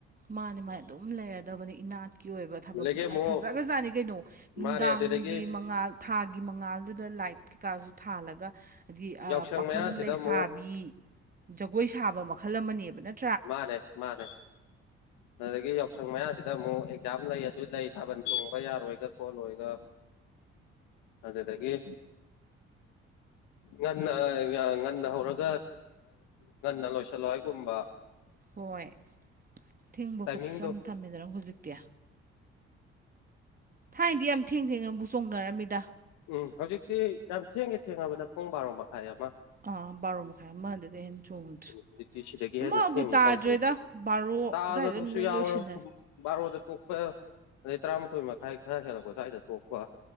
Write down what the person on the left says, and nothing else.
ꯑꯗꯒꯤ
ꯑꯃꯨꯛ
ꯃꯥꯅꯦ ꯑꯗꯨꯗꯒꯤ
ꯌꯥꯎꯁꯪ
ꯃꯌꯥꯁꯤꯗ
ꯑꯃꯨꯛ
ꯃꯥꯅꯦ ꯃꯥꯅꯦ ꯑꯗꯨꯗꯒꯤ ꯌꯥꯎꯁꯪ ꯃꯌꯥꯁꯤꯗ ꯑꯃꯨꯛ ꯑꯦꯛꯖꯥꯝ ꯂꯩ ꯑꯗꯨ ꯂꯩ ꯊꯥꯕꯜ ꯆꯣꯡꯕ ꯌꯥꯔꯣꯏꯒ ꯈꯣꯠꯂꯣꯏꯒ ꯑꯗꯨꯗꯒꯤ ꯉꯟꯅ ꯉꯟꯅ ꯍꯧꯔꯒ ꯉꯟꯅ ꯂꯣꯏꯁꯤꯜꯂꯣ ꯍꯥꯏꯒꯨꯝꯕ
ꯇꯥꯏꯃꯤꯡꯗꯣ
ꯎꯝ ꯍꯧꯖꯤꯛꯇꯤ ꯌꯥꯝ ꯊꯦꯡꯒꯦ ꯊꯦꯡꯉꯕꯗ ꯄꯨꯡ ꯕꯥꯔꯣ ꯃꯈꯥꯏ ꯑꯃ
ꯍꯧꯖꯤꯛꯇꯤ ꯁꯤꯗꯒꯤ
ꯍꯦꯟꯅ ꯊꯦꯡꯅ
ꯇꯧꯗ꯭ꯔꯦ
ꯇꯥꯕꯗꯨꯁꯨ
ꯌꯥꯎꯔ
ꯕꯥꯔꯣꯗ ꯇꯣꯛꯄ ꯑꯗꯩ ꯇꯔꯥꯃꯥꯊꯣꯏ ꯃꯈꯥꯏ ꯈꯔ ꯍꯦꯜꯂꯛꯄ ꯁ꯭ꯋꯥꯏꯗ ꯇꯣꯛꯄ